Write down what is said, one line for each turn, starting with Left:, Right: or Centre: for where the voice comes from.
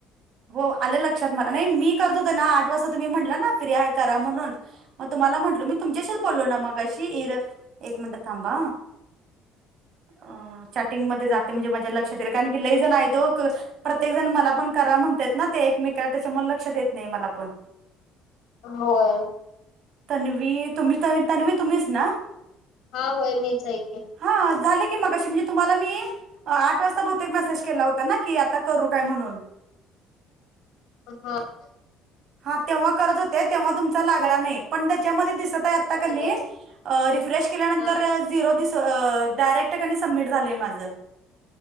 Right: हो आल लक्षात मला नाही मी करत होते ना आठ वाजता तुम्ही म्हटला ना फ्री आहे करा म्हणून म तुम्हाला म्हंटल मी तुमच्याशीच बोललो ना मगाशी इर एक मिनिटात थांबा आ अ चॅटिंग मधे जाते म्हणजे माज्या लक्षात येईल कारण की लय जण आहेय ओ प्रत्येक जण मला पण करा म्हण ना ते एकमेक त्याच्यामुळे लक्षात येत नाही मला पण
Left: होय <inaudible>
Right: तन्वी तुम्ही तन्वी तुम्हीच ना <unintelligible>
Left: हा होय मीच ऐके
Right: हा झाले की मगाशी म्हणजे तुम्हाला मी <unintelligible> आठ वाजता बहुतेक मेसेज केला होता ना की आता करू काय म्हणून
Left: हा <unintelligible>
Right: हा तेव्हा करत होते तेव्हा तुमचा लागला नाही पण त्याच्यामध्ये दिसत आता की
Left: हॅलो
Right: नी रिफ्रेश केल्यानंतर
Left: हा
Right: च् <unintelligible> झरो डायरेक्ट सबमिट झालंय माझं